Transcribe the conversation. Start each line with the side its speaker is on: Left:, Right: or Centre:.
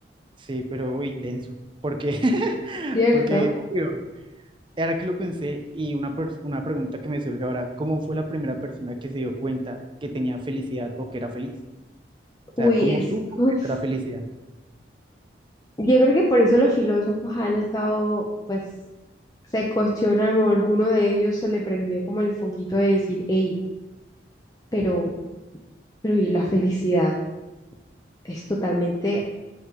Right: Sí, pero uy, denso, porque, <laughs>
Left: ¿Cierto?
Right: porque, obvio. Ahora que lo pensé, y una, per- una pregunta que me surge ahora, ¿cómo fue la primera persona que se dio cuenta que tenía felicidad o que era feliz? O
Left: Uy,
Right: sea, ¿cómo
Left: es...
Right: supo
Left: <laughs>
Right: que era felicidad?
Left: Yo creo que por eso los filósofos han estado, pues, se cuestionan o alguno de ellos se le prendió como el foquito de decir, hey, pero, pero y la felicidad es totalmente